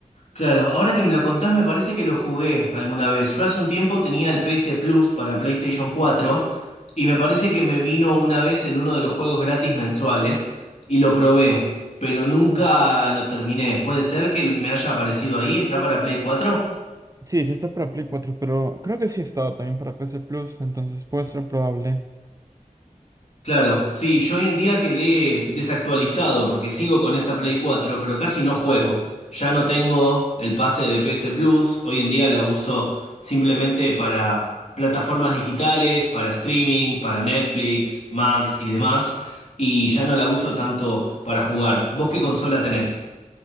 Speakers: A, on the left; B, on the right.
A: Claro, ahora que me lo contás me parece que lo jugué alguna vez. Yo hace un tiempo tenía el PS Plus para PlayStation cuatro y me parece que me vino una vez en uno de los juegos gratis mensuales y lo probé, pero nunca
B: Oh.
A: lo terminé. ¿Puede ser que me haya aparecido ahí? ¿Está para Play cuatro?
B: Sí, sí está para Play 4, pero creo que sí estaba también para PC Plus, entonces puede ser probable.
A: Claro, sí, yo hoy en día quedé desactualizado porque sigo con esa Play 4, pero casi no juego. Ya no tengo el pase de PS Plus, hoy en día la uso simplemente para plataformas digitales, para streaming, para Netflix, Max y demás, y ya no la uso tanto para jugar. ¿Vos qué consola tenés?